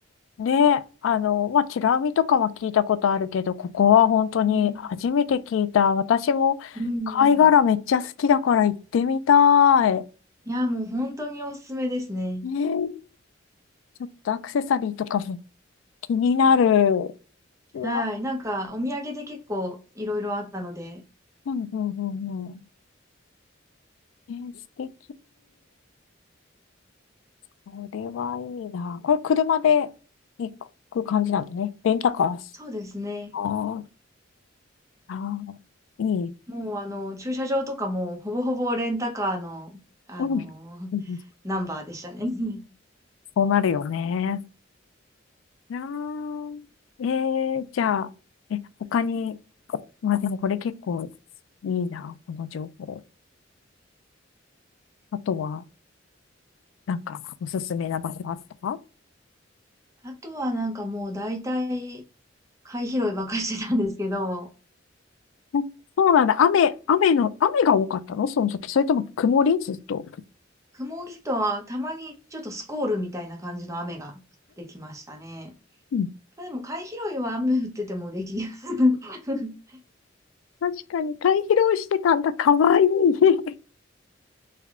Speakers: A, on the left (about 80°); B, on the right (about 15°).
A: ね、あの、まあ、チラ見とかは聞いたことあるけど、ここは本当に初めて聞いた。
B: うん
A: 私も貝殻めっちゃ好きだから行ってみたい。
B: うんうんうん。いやーもう本当におすすめですね。
A: ねえ、ちょっとアクセサリーとかも気になる。うわ、
B: はい。なんか、お土産で結構いろいろあったので、
A: うんうんうんうん。え素敵。これはいいな。これ車で行く感じなのね。レンタカーし。
B: そうですね。
A: ああああいい。
B: もうあの、駐車場とかもほぼほぼレンタカーの、あの
A: うん。うんうん
B: ナンバーでしたね。<laughs>
A: そうなるよね。なあ。えー、じゃあ、え、他に、まあでもこれ結構いいな、この情報。あとは、なんか、おすすめな場所あった
B: あとはなんかもう大体、貝拾いばっかりしてたんですけど、
A: うんそうなんだ。雨、雨の、雨が多かったのその時。それとも曇りずっと。
B: 雲木とはたまにちょっとスコールみたいな感じの雨が降ってきましたね。
A: うん。
B: まあ、でも貝拾いは雨降っててもできる、<laughs>
A: 確かに、貝拾いしてたんだ。かわいい。<laughs>